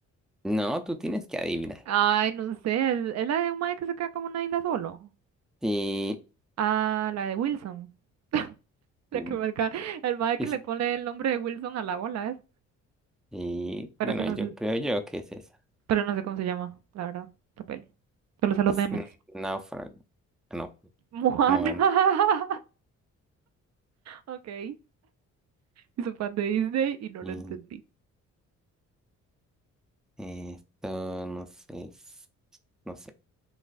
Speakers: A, in the centre; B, on the right (about 60°).
A: No, tú tienes que adivinar.
B: Ay, no sé, es, es la de un mae que se queda como una isla solo.
A: Sí.
B: Ah, la de Wilson. <laughs> La
A: Mm,
B: que marca, el mae que
A: es-
B: le pone el nombre de Wilson a la bola, es.
A: Sí.
B: Pero
A: Bueno,
B: es que no
A: yo
B: sé,
A: creo yo que es esa.
B: pero no sé cómo se llama, la verdad, la peli. Solo sé los
A: Es
B: memes.
A: n- náufrago. Ah, No.
B: Moana.
A: Moana.
B: <laughs> Ok. Soy fan de Disney y no
A: Mm,
B: lo entendí.
A: eh, Esto no sé, es- no sé,